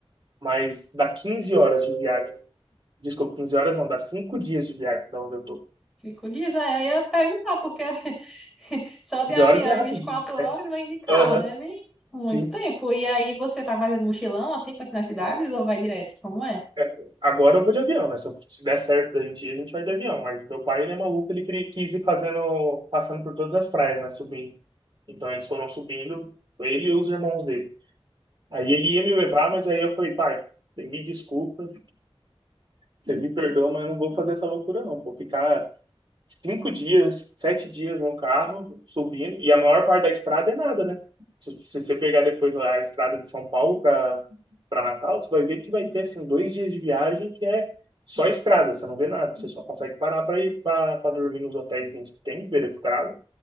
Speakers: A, on the right; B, in the centre.
A: mas dá 15 horas de viagem. Desculpa, 15 horas não, dá Cinco dias de viagem da onde eu tô.
B: Cinco dias, é, eu ia perguntar, porque <laughs> só de
A: 15
B: avião
A: horas é
B: é
A: rapidinho.
B: vinte e quatro horas,
A: É.
B: mas de carro
A: Aham,
B: deve muito
A: sim.
B: tempo. E aí você vai fazendo mochilão, assim, conhecendo as cidades, ou vai direto? Como é?
A: É. Agora eu vou de avião, né? Se eu- se der certo da gente ir, a gente vai de avião. Mas meu pai, ele é maluco, ele queria- quis ir fazendo, passando por todas as praias, né? Subindo. Então eles foram subindo, ele e os irmãos dele. Aí ele ia me levar, mas aí eu falei, pai, me desculpa, você me perdoa, mas eu não vou fazer essa loucura não. Vou ficar cinco dias, sete dias no carro, subindo, e a maior parte da estrada é nada, né? Se, se você pegar depois a estrada de São Paulo para para Natal, você vai ver que vai ter assim dois dias de viagem que é só estrada, você não vê nada, você só consegue parar para ir para dormir nos hotéis que tem beira de estrada,